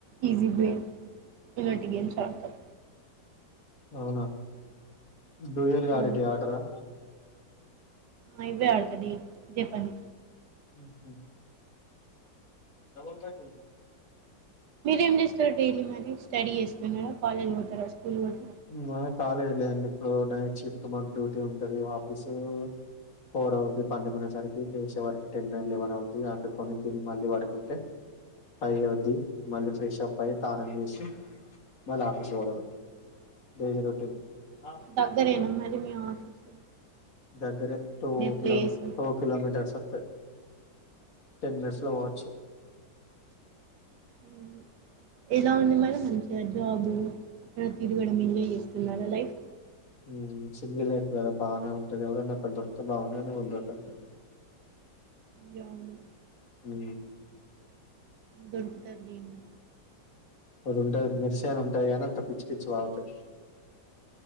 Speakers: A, on the right; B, on the left.
A: ఈజీ బేన్ ఇలాంటి గేమ్స్ ఆడుతాం
B: అవునా డూయల్
A: ఆ,
B: ఆడేటివి ఆడారా
A: ఉ ఇవే ఆడుతది ఇదే పని
B: ఉహు డబల్ కాట్ మిల్కీ
A: మీరేం చేస్తారు డైలీ మరి స్టడీ చేస్తున్నారా కాలేజ్ పోతారా స్కూల్ పోతా
B: మా కాలేజ్లే అండి ఇప్పుడు నైట్ షిఫ్ట్ మాకు డ్యూటీ ఉంటది ఆఫీసు ఫోర్ అవుద్ది పండుకునేసరికి లేేచే వరకి టెన్ ఎ లెవెన్ అవుద్ది వండుకొని తిని మళ్ళీ పడుకుంటే పైవ్ అయిద్ధి మళ్ళీ ఫ్రెష్ అప్ అయ్యి తానం చేసి మళ్ళీ ఆఫీస్ పోవడమే డైలీ రొటీన్ ఆ
A: దగ్గరేనా మరి మీ ఆఫస్
B: దగ్గరే టూ
A: ప్లేస్
B: కిలోమ్ టూ కిలోమీటర్స్ వత్తయ్ టెన్ మనీట్స్ లో పోవచ్చు
A: ఉ ఏలా ఉంది మరి మంచిగా జాబ్ ఇక్కడ తిరగడం ఎంజాయ్ చేస్తున్నారా లైఫ్
B: ఉమ్ సింగిల్ లైఫ్ కదా బానే ఉంటది ఎవరన్న ఒకరు దొరికతే బాగుండు కానీ ఎవరు దొరకట్లే
A: యా అవును
B: ఉ
A: దొరుకుతారు లేండి
B: అది ఉంటాది మిర్సి అని ఉంటాది కాని అంత పిచ్చి పిచ్చి వాగుతది